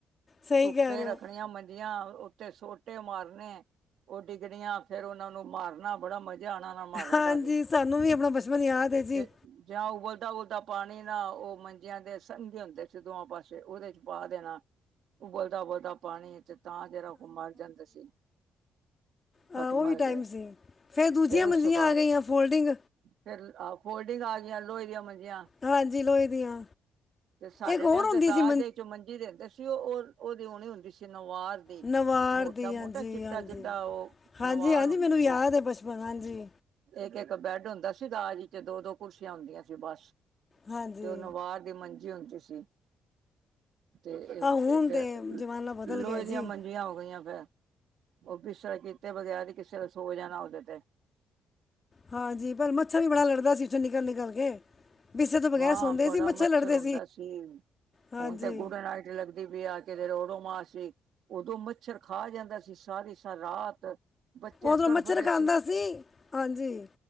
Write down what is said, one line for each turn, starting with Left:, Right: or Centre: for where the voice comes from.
Left: ਸਹੀ
Right: ਧੁੱਪੇ
Left: ਕਹਿ ਰਹੇ
Right: ਰੱਖਣੀਆਂ
Left: ਹੋ
Right: ਮੰਜੀਆਂ, ਉੱਤੇ ਸੋਟੇ ਮਾਰਨੇ। ਓ ਡਿੱਗਣੀਆਂ ਫੇਰ ਓਨਾ ਨੂੰ ਮਾਰਨਾ ਬੜਾ ਮਜ਼ਾ ਆਣਾ। ਮਾਰਨ
Left: ਹਾਂਜੀ
Right: ਦਾ ਵੀ,
Left: ਸਾਨੂੰ ਵੀ ਆਪਣਾ ਬਚਪਨ ਯਾਦ ਹੈ ਜੀ
Right: ਤੇ ਜਾਂ ਉਬਲਦਾ-ਉਬਲਦਾ ਪਾ ਪਾਣੀ ਨਾ, ਓ ਮੰਜਿਆਂ ਦੇ ਸੰਦੇ ਹੁੰਦੇ ਸੀ ਦੋਆ ਪਾਸੇ, ਉਦੇ ਚ ਪਾ ਦੇਣਾ। ਉਬਲਦਾ-ਉਬਲਦਾ ਪਾਣੀ ਤੇ ਤਾਂ ਜਰਾ ਕੋ ਓ ਮੱਰ ਜਾਂਦੇ ਸੀ।
Left: ਹਾਂ
Right: ਖਟਮਲ
Left: ਔਵੀ ਟਾਈਮ
Right: ਜੇ
Left: ਸੀ, ਫੇਰ ਦੂਜੀਆਂ
Right: ਉਸ
Left: ਮੰਜ਼ੀਆਂ
Right: ਤੋਂ ਬਾਅਦ
Left: ਆ ਗਈਆਂ ਫੋਲਡਿੰਗ
Right: ਫੇਰ ਆ ਫੋਲਡਿੰਗ ਆ ਗੀਆਂ, ਲੋਏ ਦੀਆਂ ਮੰਜੀਆਂ।
Left: ਹਾਂਜੀ, ਲੋਏ ਦੀਆਂ।
Right: ਤੇ ਸਾਡੇ
Left: ਇੱਕ ਹੋਰ
Right: ਟੈਮ
Left: ਹੁੰਦੀ
Right: ਤੇ ਦਾਜ
Left: ਸੀ
Right: ਦੇ ਏਚ ਓ ਮੰਜੀ ਦੇੰਦੇ ਸੀ, ਓ ਓਦੀ ਉਣੀ ਹੁੰਦੀ ਸੀ ਨਵਾਰ ਤੇ
Left: ਨਵਾਰ
Right: ਮੋਟਾ-ਮੋਟਾ,
Left: ਦੀ ਹਾਂਜੀ
Right: ਚਿੱਟਾ-ਚਿੱਟਾ
Left: ਹਾਂਜੀ
Right: ਓ
Left: ਹਾਂਜੀ
Right: ਨਵਾਰ
Left: ਹਾਂਜੀ
Right: ਹੁੰਦੀ
Left: ਮੈਨੂੰ
Right: ਸੀ।
Left: ਯਾਦ ਹੈ ਬਚਪਨ ਹਾਂਜੀ
Right: ਏੱਕ-ਏੱਕ ਬੈੱਡ ਹੁੰਦਾ ਸੀ ਦਾਜ ਚ, ਦੋ-ਦੋ ਕੁਰਸੀਆਂ ਹੁੰਦੀਆਂ ਸੀ ਬਸ।
Left: ਹਾਂਜੀ
Right: ਤੇ ਓ ਨਵਾਰ ਦੀ ਮੰਜੀ ਹੁੰਦੀ ਸੀ। ਤੇ ਏਹ
Left: ਆਹ ਹੁਣ
Right: ਏ ਫੇ
Left: ਤੇ ਜ਼ਮਾਨਾ ਬਦਲ
Right: ਲੋਏ
Left: ਗਿਆ
Right: ਦੀਆਂ
Left: ਜੀ
Right: ਮੰਜੀਆਂ ਹੋ ਗਈਆਂ ਫੇਰ। ਓ ਬਿਸਤਰ੍ਹਾਂ ਕੀਤੇ ਬਗੈਰ ਹੀ ਕਿਸੇ ਲੇ ਸੋ ਜਾਣਾ ਓਦੇ ਤੇ।
Left: ਹਾਂਜੀ, ਪਰ ਮੱਛਰ ਵੀ ਬੜਾ ਲੜਦਾ ਸੀ ਵਿੱਚੋਂ ਨਿਕਲ-ਨਿਕਲ ਕੇ। ਵਿਸੇ ਤੋਂ ਬਗੈਰ
Right: ਹਾਂ,
Left: ਸੌਂਦੇ
Right: ਬੜਾ
Left: ਸੀ
Right: ਮੱਛਰ
Left: ਲੜਦੇ
Right: ਹੁੰਦਾ ਸੀ
Left: ਹਾਂਜੀ
Right: ਹੁਣ ਤੇ ਗੁੱਡ ਨਾਈਟ ਲੱਗਦੀ ਪੀ ਆ ਕਿਦਰੇ ਔਡੋ ਮਾਸ ਵੀ ਓਦੋਂ ਮੱਛਰ ਖਾ ਜਾਂਦਾ ਸੀ, ਸਾਰੀ-ਸਾਰ ਰਾਤ। ਬੱਚੇ
Left: ਓਦੋ
Right: ਤੜਫਦੇ
Left: ਮੱਛਰ ਖਾਂਦਾ ਸੀ ਹਾਂਜੀ,